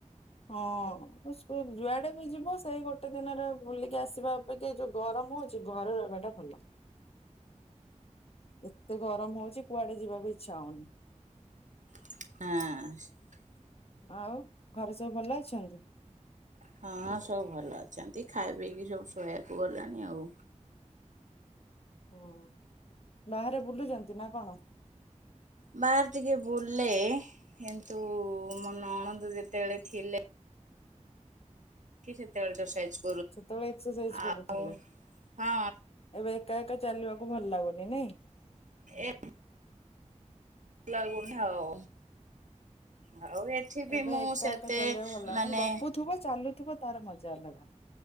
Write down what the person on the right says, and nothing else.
ହଁ।
ହଁ ସବୁ ଭଲ ଅଛନ୍ତି ଖାଇ ପିଇକି ସବୁ ଶୋଇବାକୁ ଗଲାଣି ଆଉ।
ବାହାର ଟିକେ ବୁଲେ କିନ୍ତୁ ମୋ ନଣନ୍ଦ ଯେତେବେଳେ ଥିଲେ। କି ସେତେବେଳେ <unintelligible>
ଆଉ
ହଁ
ଏମ୍ ଲାଗୁନି ଆଉ। ଆଉ ଏଠି ବି
ମୁଁ
ସେତେ
ମାନେ